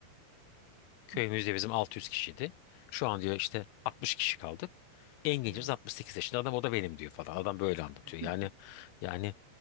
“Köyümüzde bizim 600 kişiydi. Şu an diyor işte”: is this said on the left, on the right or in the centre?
Left